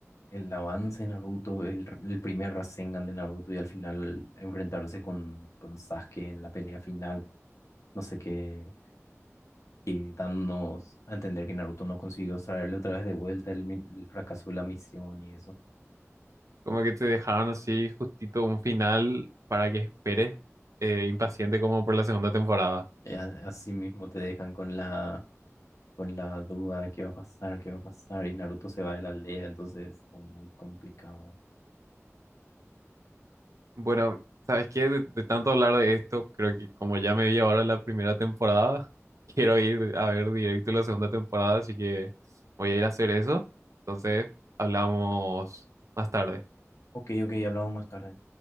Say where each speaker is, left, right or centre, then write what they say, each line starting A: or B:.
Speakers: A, on the left; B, on the right.
A: el avance de Naruto, el, el primer Rasengan de Naruto y al final enfrentarse con, con Sasuke en la pelea final, no sé qué, y dándonos a entender que Naruto no consiguió traerle otra vez de vuelta el, mi- el fracaso de la misión y eso.
B: Como que te dejaron así justito un final para que esperes eh, impaciente como por la segunda temporada.
A: Eh, a- Así mismo te dejan con la con la duda de qué va a pasar, qué va a pasar, y Naruto se va de la aldea, entonces es muy complicado.
B: Bueno, ¿sabes qué? De, de tanto hablar de esto, creo que como ya me vi ahora la primera temporada, <laughs> quiero ir a ver directo la segunda temporada, así que voy a ir a hacer eso. Entonces, hablamos más tarde.
A: Ok, ok, hablamos más tarde.